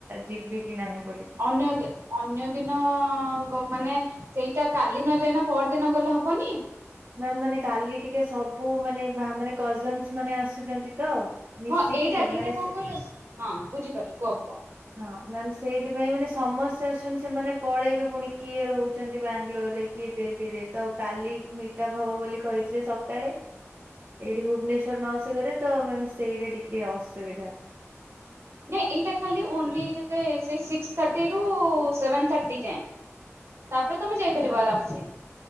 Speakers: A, on the right; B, on the right.
A: ଯିବି କି ନାହିଁ ବୋଲି।
B: ଅ ଅନ୍ୟ ଦିନ ଗ ମାନେ ସେଇଟା କାଲି ନ ଯାଇନା ପର ଦିନ ଗଲେ ହବନି?
A: ନା ମ୍ୟାମ୍ ମାନେ କାଲି ଟିକେ ସବୁ ମାନେ ମାନେ କଜନ୍ସ ମାନେ ଆସୁଛନ୍ତି ତ। ମିଶିକି
B: ହଁ ଏଇଟା ଏଇଟା
A: ମାନେ
B: କଣ
A: ସେ
B: କଲେ ହଁ ବୁଝିପାରିଲି କୁହ କୁହ।
A: ହଁ ମ୍ୟାମ ସେଇଥିପାଇଁ ମାନେ ସମସ୍ତେ ଆସୁଛନ୍ତି ସେମାନେ ପଳେଇବେ ପୁଣି କିଏ ରହୁଛନ୍ତି ବାଙ୍ଗାଲୋରରେ କିଏ ଦିଲ୍ଲୀରେ ତ କାଲି ମିଟପ ହବ ବୋଲି କହିଥିଲେ ସକାଳେ।
B: ହ
A: ଏଇଠି ଭୁବନେଶ୍ଵର ମାଉସୀ ଘରେ ତ ମ୍ୟାମ ସେଇଟା ଟିକେ ଅସୁବିଧା।
B: ନାଇଁ ଏଇଟା ଖାଲି ଓନଲି କେତେ ସିକ୍ସ ଥାର୍ଟି ରୁ ସେଭେନ ଥାର୍ଟି ଯାଏଁ। ତାପରେ ତମେ ଯାଇପାରିବ
A: ଆଚ୍ଛା
B: ଆରାମସେ